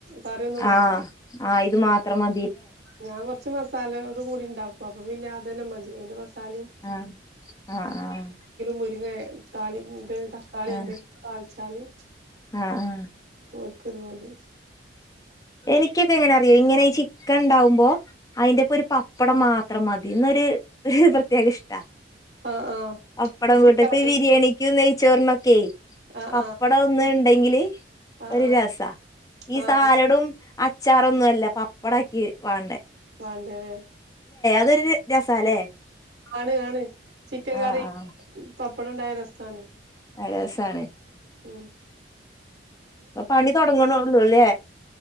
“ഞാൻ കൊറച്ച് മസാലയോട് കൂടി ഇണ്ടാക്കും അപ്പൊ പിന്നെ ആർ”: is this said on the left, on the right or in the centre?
Right